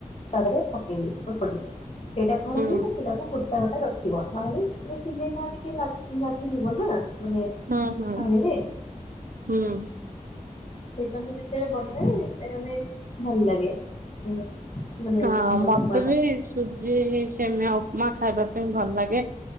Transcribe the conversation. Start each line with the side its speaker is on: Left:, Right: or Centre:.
Left: ତା ଦେହରେ ପକେଇ ଦେବି ଅଳ୍ପ ଟିକେ ସେଇଟା କଣ
Right: ହୁଁ
Left: ହୁଏ ନା ସେଇଟାକୁ କୁର୍ ତା ପାଖରେ ରଖିବ ନହେଲେ ସିମେଇଟା ଟିକେ ଲାଗ୍ ଲାଗିଯିବ ନା ମାନେ
Right: ହୁଁ ହୁଁ
Left: ପାଣିରେ?
Right: ହୁଁ।
Left: ସେଇଟା ମୁଁ ଯେତେବେଳେ ବନାଏ ମାନେ ଭଲ ଲାଗେ। ହୁଁ ମାନେ
Right: ହଁ ମତେ
Left: ଉପମାଟା।
Right: ବି ସୁଜି ସିମେ ଉପମା ଖାଇବା ପାଇଁ ଭଲ ଲାଗେ।